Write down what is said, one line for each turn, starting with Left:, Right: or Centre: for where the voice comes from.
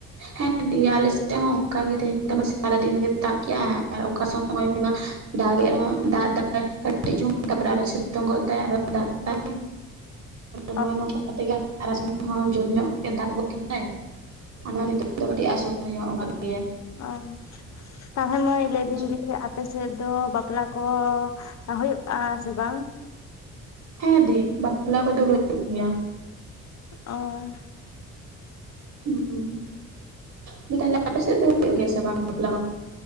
Right: ᱦᱮᱸ ᱫᱤ ᱟᱞᱮ ᱥᱮᱫ ᱦᱚᱸ ᱚᱱᱠᱟ ᱜᱮ ᱛᱮᱦᱤᱧ ᱫᱚᱢᱮ ᱥᱟᱨᱟ ᱫᱤᱱ ᱜᱮ ᱫᱟᱜ ᱠᱤᱜᱼᱟᱭ ᱟᱨ ᱚᱠᱟ ᱥᱚᱠ ᱱᱚᱜ ᱚᱭ ᱢᱟ ᱫᱟᱜ ᱜᱮᱡ ᱨᱮᱦᱚᱸ ᱫᱟᱜ ᱫᱟᱜ ᱟᱭ ᱠᱟᱹᱴᱤᱡ ᱪᱩᱝ ᱜᱟᱵᱨᱟ ᱟᱫᱚ ᱥᱤᱛᱳᱝ ᱜᱚᱫ ᱫᱟᱭ ᱟᱨᱦᱚ ᱫᱟᱜ ᱫᱟᱭ ᱱᱚᱜᱚᱭ
Left: ᱚ
Right: ᱱᱚᱝᱠᱟ ᱠᱟᱛᱮᱜᱮ ᱛᱟᱨᱟᱥᱤᱧ ᱦᱚᱸ ᱡᱚᱨ ᱧᱚᱜ ᱜᱮ ᱫᱟᱜ ᱜᱚᱫ ᱠᱮᱫᱟᱭ ᱦᱮᱸ ᱚᱱᱟ ᱱᱤᱛᱚᱜ ᱫᱚ ᱟᱥᱚᱲ ᱧᱚᱜ ᱟᱠᱟᱫ ᱜᱮᱭᱟ
Left: ᱚ ᱛᱟᱦᱚᱞᱮ ᱢᱟᱹᱭ ᱞᱟᱹᱭᱫᱤᱧ
Right: ᱟᱪᱪᱷᱟ
Left: ᱡᱮ ᱟᱯᱮ ᱟᱯᱮ ᱥᱮᱫ ᱫᱚ ᱵᱟᱯᱞᱟ ᱠᱚ ᱦᱩᱭᱩᱜ ᱟ ᱥᱮ ᱵᱟᱝ
Right: ᱦᱮᱸ ᱫᱤ ᱵᱟᱯᱞᱟ ᱠᱚᱫᱚ ᱦᱩᱭᱩᱜ ᱜᱮᱭᱟ
Left: ᱚ
Right: ᱦᱩᱸ ᱫᱤ ᱛᱟᱦᱚᱞᱮ ᱟᱯᱮ ᱥᱮᱫ ᱫᱚ ᱦᱩᱭᱩᱜ ᱜᱮᱭᱟ ᱥᱮ ᱵᱟᱝ ᱵᱟᱯᱞᱟ